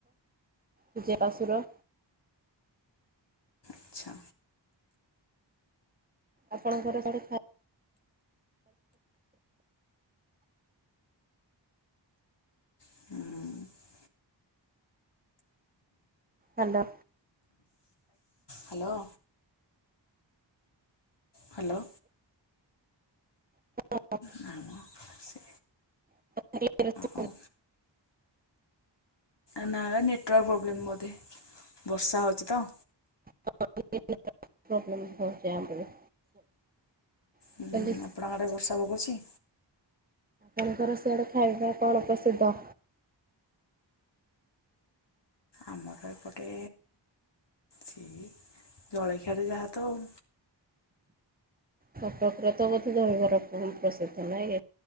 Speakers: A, on the right; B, on the left.
A: ଜେଜେ ଶଶୁର।
B: ଆଚ୍ଛା
A: ଆପଣଙ୍କର କେ <inaudible>
B: ହୁଁ।
A: ହାଲୋ।
B: ହାଲୋ। ହ୍ୟାଲୋ
A: <inaudible>
B: ନା ମ ସେ
A: <inaudible>
B: ଆଉ ନା ବା ନେଟୱାର୍କ ପ୍ରୋବ୍ଲେମ୍ ବୋଧେ ବର୍ଷା ହଉଛି ତ
A: <unintelligible> ପ୍ରବ୍ଲେମ୍ ହଉଚି ଆମର କହିଲି
B: ହୁଁ ଆପଣଙ୍କ ଆଡେ ବର୍ଷା ପକଉଛି?
A: ଆପଣଙ୍କର ସିଆଡ଼େ ଖାଇବା କଣ ପ୍ରସିଦ୍ଧ?
B: ଆମର ଏପଟେ ସେଇ ଜଳଖିଆରେ ଯାହା ତଉ।
A: କଟକରେ ତ ବୋଧେ ଦହିବରା ପ୍ରସିଦ୍ଧ, ନାଇଁ କି?